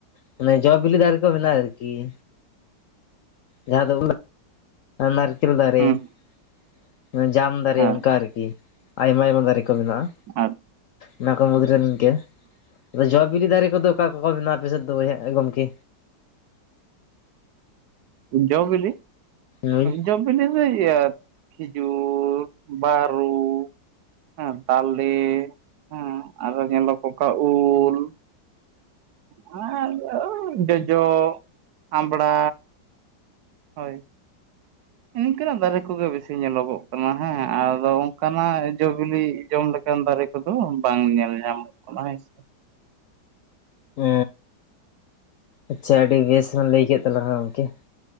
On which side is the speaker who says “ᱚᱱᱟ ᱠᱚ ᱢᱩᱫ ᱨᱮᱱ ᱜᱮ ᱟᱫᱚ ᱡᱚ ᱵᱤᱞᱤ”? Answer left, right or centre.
Left